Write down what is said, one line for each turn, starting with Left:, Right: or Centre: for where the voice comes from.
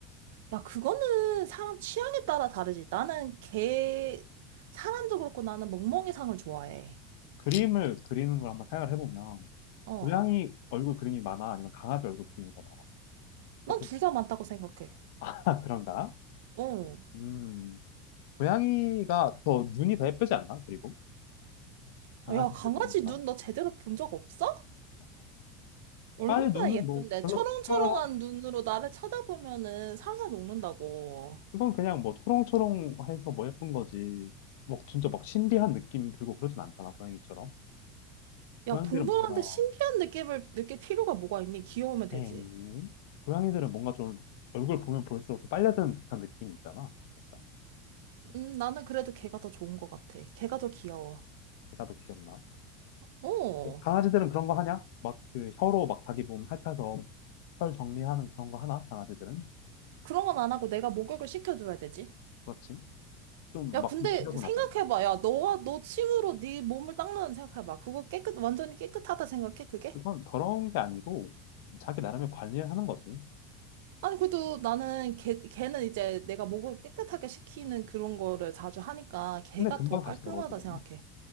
Right: 야, 그거는 사람 취향에 따라 다르지. 나는 개 사람도 그렇고 나는 멍멍이상을 좋아해.
Left: 그림을 그리는 걸 한번 생각을 해보면
Right: 어.
Left: 고양이 얼굴 그림이 많아 아니면 강아지 얼굴 그림이 더 많아?
Right: 난
Left: 어떻게
Right: 둘 다 많다고 생각해.
Left: <laughs> 그런가?
Right: 어.
Left: 음 고양이가 더 눈이 더 예쁘지 않나? 그리고 강아지들
Right: 아, 야, 강아지
Left: 눈이나
Right: 눈 너 제대로 본 적 없어? 얼마나
Left: 강아지 눈은
Right: 예쁜데.
Left: 뭐 별로
Right: 초롱초롱한
Left: 특별한
Right: 눈으로 나를 쳐다보면은 살살 녹는다고.
Left: 이건 그냥 뭐 초롱초롱해서 뭐 예쁜 거지. 뭐 진짜 막 신비한 느낌 들고 그러진 않잖아, 고양이처럼.
Right: 야,
Left: 고양이들은
Right: 동물한테
Left: 뭔가,
Right: 신비한 느낌을 느낄 필요가 뭐가 있니? 귀여우면 되지.
Left: 에이. 고양이들은 뭔가 좀 얼굴 보면 볼수록 좀 빨려드는 듯한 느낌이 있잖아. 약간
Right: 음, 나는 그래도 걔가 더 좋은 것 같아. 걔가 더 귀여워.
Left: 걔가 더 귀엽나?
Right: 어.
Left: 강아지들은 그런 거 하냐? 막 그 혀로 막 자기 몸 핥아서 털 정리하는 그런 거 하나? 강아지들은?
Right: 그런 건 안 하고 내가 목욕을 시켜줘야 되지.
Left: 그렇지. 좀
Right: 야,
Left: 막
Right: 근데
Left: 지저분하잖아.
Right: 생각해봐. 야, 너와 너 침으로 네 몸을 닦는다 생각해봐. 그거 깨끗, 완전히 깨끗하다 생각해, 그게?
Left: 그건 더러운 게 아니고 자기 나름의 관리를 하는 거지.
Right: 아니, 그래도 나는 걔, 걔는 이제 내가 목을 깨끗하게 식히는 그런 거를 자주 하니까 걔가
Left: 근데 금방
Right: 더
Left: 다시
Right: 깔끔하다
Left: 더러워지잖아.
Right: 생각해.